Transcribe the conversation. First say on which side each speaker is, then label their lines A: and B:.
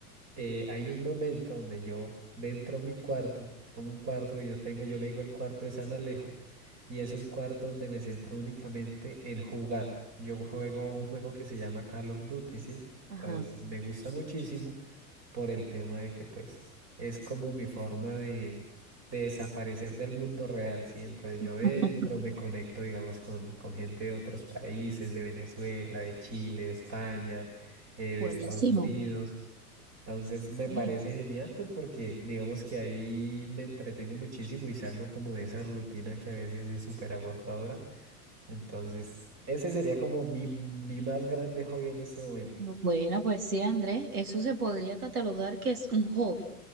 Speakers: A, on the right; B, on the right.
A: eh, hay un momento donde yo dentro de mi cuarto, es como un cuarto que yo tengo, yo le digo el cuarto de San Alejo, y es un cuarto donde me centro únicamente en jugar. Yo juego un juego que se llama Call of Duty, ¿sí?
B: Ajá.
A: Entonces me gusta muchísimo por el tema de que pues es como mi forma de, de desaparecer del mundo real, ¿sí? Entonces
B: <laughs>
A: yo dentro me conecto, digamos, con, con gente de otros países, de Venezuela, de Chile, de España, eh, de
B: Buenísimo.
A: Estados Unidos. Entonces me
B: Oye,
A: parece genial, pues porque digamos que ahí me entretengo muchísimo y salgo como de esa rutina que a veces es súper agotadora. Entonces, ese sería como mi, mi más grande hobby en este momento.
B: Bueno, pues sí, Andrés, eso se podría catalogar que es un hobby,